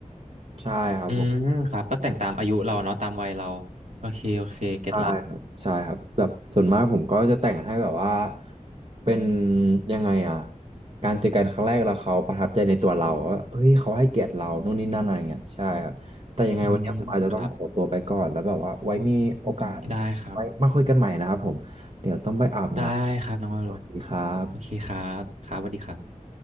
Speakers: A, on the right (about 45°); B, on the right (about 60°).
A: ใช่ครับผม
B: อืมครับก็แต่งตามอายุเราเนาะตามวัยเราโอเคโอเคเก็ตละ
A: ใช่ครับใช่ครับแบบส่วนมากผมก็จะแต่งให้แบบว่าเป็นยังไงอ่ะการเจอกันครั้งแรกแล้วเขาประทับใจในตัวเราว่าเฮ้ยเขาให้เกียรติเรานู่นนี่นั่นอะไรเงี้ยใช่ครับแต่ยังไงวันนี้ผมอาจจะต้องขอตัวไปก่อนแล้วแบบว่าไว้มีโอกาส
B: อืมครับได้ครับ
A: ไว้มาคุยกันใหม่นะครับผมเดี๋ยวต้องไปอาบน้ำสวัสดีครับ
B: ได้ครับน้องวาโลโอเคครับครับสวัสดีครับ